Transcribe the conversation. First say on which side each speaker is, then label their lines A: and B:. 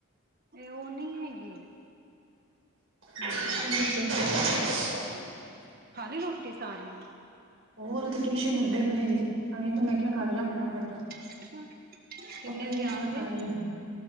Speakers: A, on the right; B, on the right.
A: ਇਹ, ਉਹ ਨਹੀਂ ਹੈਗੀ।
B: <inaudible>
A: ਹਮ ਖਾ ਲੀ ਰੋਟੀ ਸਾਰਿਆਂ ਨੇ?
B: ਹੋਰ, ਉਹ ਤੇ ਟਿਊਸ਼ਨ ਉੱਡੇ ਪਏ ਨੇ ਤਾਂਹੀ ਤੇ ਮੈਂ ਕਿਹਾ ਕਰ ਲਾ ਫਟਾਫਟ।
A: ਅੱਛਾ। ਕਿੰਨੇ
B: ਕੱਪੜੇ
A: ਵਜੇ
B: ਵੀ
A: ਆਣਗੇ
B: ਤੈਅ ਕਰ ਲਏ ਨ।